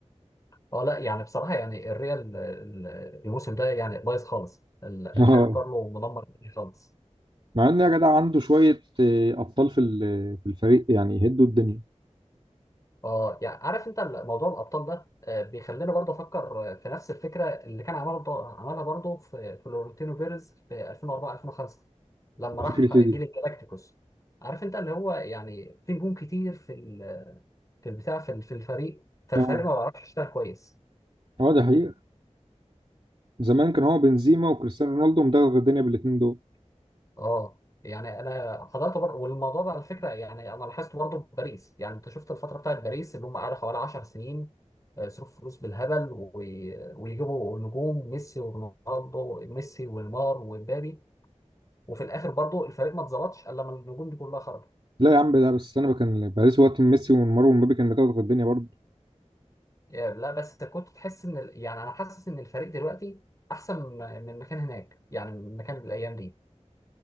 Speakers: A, on the left (about 30°); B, on the right (about 45°).
A: آه، لا يعني بصراحه يعني الريال ال- الموسم ده يعني بايظ خالص ال-
B: <laughs>
A: الحاج كارلو مدمر الدنيا خالص
B: مع ان يا جدع عنده شويه آه، ابطال في ال- في الفريق يعني يهدوا الدنيا
A: اه يعني عارف انت ال- موضوع الابطال ده آه، بيخلينا برضه افكر آه، في نفس الفكره اللي كان عملها عملها برضه في فلورنتينو بيريز في 2004 2005 لما راح
B: فكرة إيه
A: جيل
B: دي
A: الجالاكتيكوس عارف انت اللي هو يعني في نجوم كتير في ال- في البتاع في ال- في الفريق فالفريق
B: اه
A: ما بيعرفش يشتغل كويس
B: اه دي حقيقه زمان كان هو بنزيما وكريستيانو رونالدو مدغدغ الدنيا بالاثنين دول
A: اه يعني انا حضرت برضه والموضوع ده على فكره يعني انا لاحظت برضه في باريس يعني انت شفت الفتره بتاعت باريس اللي هم قعدوا حوالي 10 سنين آه، صرف فلوس بالهبل و- ويجيبوا نجوم ميسي ورونالدو ميسي ونيمار ومبابي وفي الاخر برضه الفريق ما اتظبطش الا لما النجوم دي كلها خرجت
B: لا يا عم ده بس انا كان باريس وقت من ميسي ونيمار ومبابي كان مدغدغ الدنيا برضه
A: يعني لا بس كنت تحس ان ال- يعني انا حاسس ان الفريق دلوقتي احسن من مكان هناك يعني من مكان الايام دي